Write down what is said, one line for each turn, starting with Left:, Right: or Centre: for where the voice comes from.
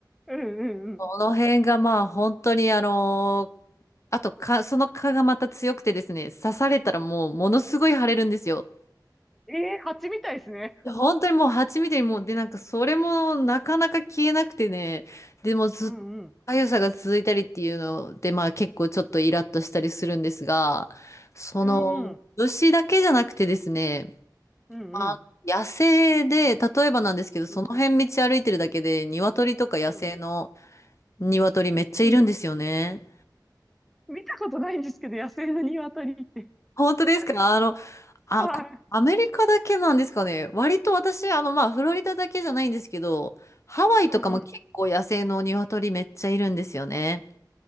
Centre: うんうんうん。
Left: この辺がまあ本当にあの、あと蚊、その蚊がまた強くてですね、刺されたらもうものすごい腫れるんですよ。
Centre: ほうええー蜂みたいですね。
Left: いや本当にもう蜂みたいにもうでなんかそれもなかなか消えなくてねでもずっと痒さが続いたりっていうのでまあ結構ちょっとイラッとしたりするんですがその虫だけじゃなくてですね
Centre: うんうん。うんうんうんうん。
Left: あ野生で例えばなんですけどその辺道歩いてるだけで鶏とか野生の
Centre: うん、うん。<laughs>
Left: 鶏めっちゃいるんですよね。
Centre: うん見たことないんですけど、野生の鶏って。
Left: 本当ですかあの、
Centre: <laughs>
Left: あ、
Centre: はい。
Left: こアメリカだけなんですかね。割と私、あの、まあ、フロリダだけじゃないんですけど、ハワイとかも結構野生の鶏めっちゃいるんですよね。
Centre: うんうん。